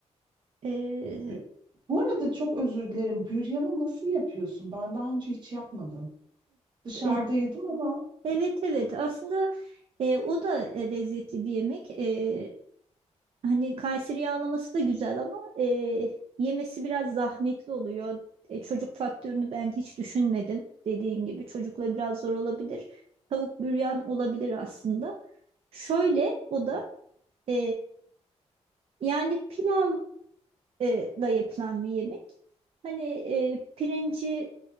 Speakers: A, on the right (about 55°); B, on the right (about 40°).
A: E,
B: Bu bu arada çok özür dilerim. Büryanı nasıl yapıyorsun? Ben daha önce hiç yapmadım. Dışarıda
A: e,
B: yedim ama
A: evet evet aslında e, o da e, lezzetli bir yemek. E, hani Kayseri yağlaması da güzel ama e, yemesi biraz zahmetli oluyor. E, çocuk faktörünü ben hiç düşünmedim. Dediğin gibi çocukla biraz zor olabilir. Tavuk büryan olabilir aslında. Şöyle o da e, yani pilav e, da yapılan bir yemek. Hani e, pirinci